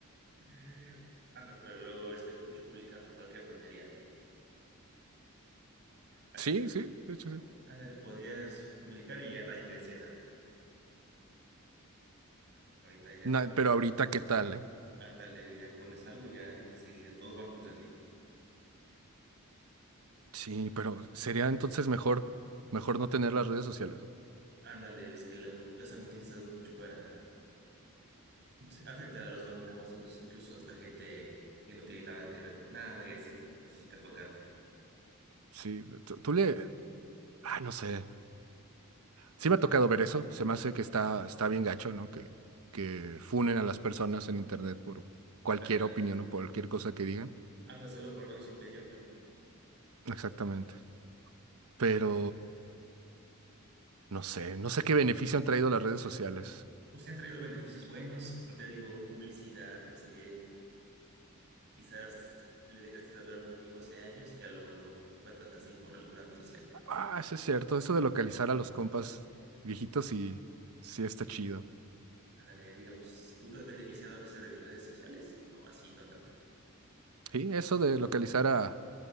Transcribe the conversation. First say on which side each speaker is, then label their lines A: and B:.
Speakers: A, on the right (about 50°); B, on the right (about 80°).
A: <laughs> Ándale, pero luego ves que muchos publicaban cualquier tontería, ¿no? Así,
B: Sí, sí, de hecho sí.
A: ándale, podías publicar y ya nadie te decía nada. Ahorita ya
B: Na-
A: publica,
B: pero ahorita, ¿qué tal, eh?
A: ándale, ya pones algo y ya enseguida todos van contra ti.
B: Sí, pero sería entonces mejor, mejor no tener las redes sociales. ¿no?
A: Ándale, ves que la- las han utilizado mucho para, no sé, afectar a los famosos, incluso hasta gente que no tiene nada que ver con nada y así. No sé si te ha tocado.
B: Sí, tú, tú le, ah, no sé. Sí me ha tocado ver eso. Se me hace que está, está bien gacho, ¿no? Que, que funen a las personas en internet por cualquier
A: Anda,
B: opinión o por cualquier cosa que digan.
A: anda solo por dar su opinión, ¿no?
B: Exactamente. Pero no sé, no sé qué beneficio han traído las redes sociales.
A: Pues se han traído beneficios buenos, como te digo, publicidad, no sé, quizás le dejaste de hablar a un amigo hace años y ya lo, lo encuentras así por alguna red social.
B: Ah, eso es cierto. Eso de localizar a los compas viejitos sí, sí está chido.
A: Ándale, diga, pues, ¿tú te has beneficiado a veces de las redes sociales o no? Así no tanto.
B: Sí, eso de localizar a,